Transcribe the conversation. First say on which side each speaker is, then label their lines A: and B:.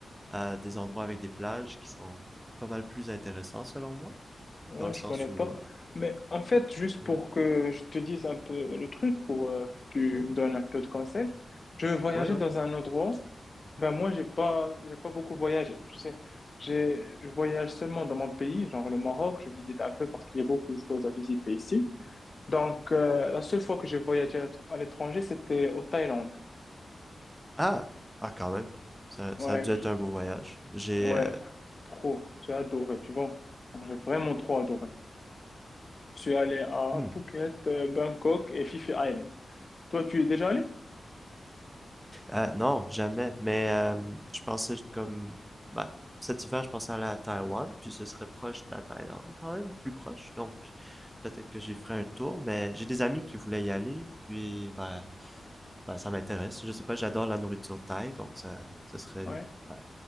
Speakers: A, in the centre; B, on the left.
A: euh, des endroits avec des plages qui sont pas mal plus intéressants selon moi,
B: Ouais,
A: dans le sens
B: je connais
A: où,
B: pas.
A: euh,
B: Mais en fait, juste
A: ouais,
B: pour que je te dise un peu le truc, pour euh, que tu
A: ouais,
B: me donnes un peu de conseils, je voyageais
A: ouais, ouais.
B: dans un endroit. Ben moi, j'ai pas, j'ai pas beaucoup voyagé. Tu sais, j'ai, je voyage seulement dans mon pays, genre le Maroc. Je visite un peu parce qu'il y a beaucoup de choses à visiter ici. Donc, euh, la seule fois que j'ai voyagé à à l'étranger, c'était au Thaïlande.
A: Ah, ah quand même, ça,
B: Ouais,
A: ça a dû être
B: je-
A: un beau voyage. J'ai,
B: ouais,
A: euh,
B: trop. J'ai adoré, tu vois. J'ai vraiment trop adoré. Je suis allé à
A: hmm.
B: Phuket, euh, Bangkok et Phi Phi Island. Toi, tu y es déjà allé?
A: Euh, non, jamais. Mais euh, je pensais comme... Bah, cet hiver, je pensais aller à Taïwan, puis ce serait proche de la Thaïlande quand même, plus proche. Donc, peut-être que j'y ferai un tour, mais j'ai des amis qui voulaient y aller, puis ben, ben, ça m'intéresse. Je sais pas, j'adore la nourriture thaï, donc ça, ça serait
B: Ouais.
A: ben,